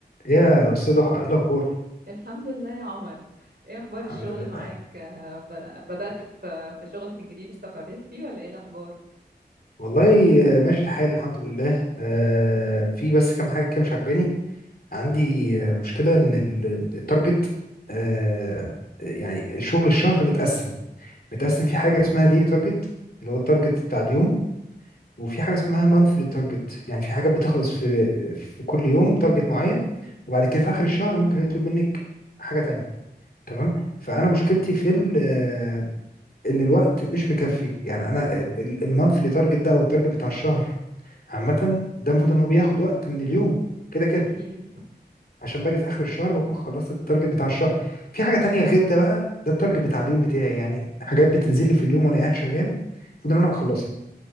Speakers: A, on the left; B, on the right.
A: يا أستاذ ضحى إيه الأخبار؟
B: الحمد لله يا عمر ايه اخبار
A: الحمد
B: الشغل
A: لله
B: معاك آه، ب- بدأت في في شغلك الجديد استقريت فيه ولا ايه الاخبار
A: والله آه، ماشي الحال الحمد لله آه، في بس كام حاجة كده مش عاجباني عندي آه، مشكلة إن ال- التارجت آه، يعني شغل الشهر متقسم متقسم في حاجة اسمها ديلي تارجت اللي هو التارجت بتاع اليوم وفي حاجة
B: مم.
A: اسمها مانثلي تارجت يعني في حاجات بتخلص في في كل يوم تارجت معين وبعد كده في آخر الشهر ممكن يطلب منك حاجة تانية تمام فأنا مشكلتي في ال ان الوقت مش مكفي يعني انا المانثلي تارجت ده او التارجت بتاع الشهر عامه ده المفروض ان هو بياخد وقت من اليوم كده كده
B: اكيد
A: عشان باجي في اخر الشهر بكون خلصت التارجت بتاع الشهر في حاجه تانية غير ده بقى ده التارجت بتاع اليوم بتاعي يعني حاجات بتنزل لي في اليوم وانا قاعد شغال المفروض ان انا بخلصها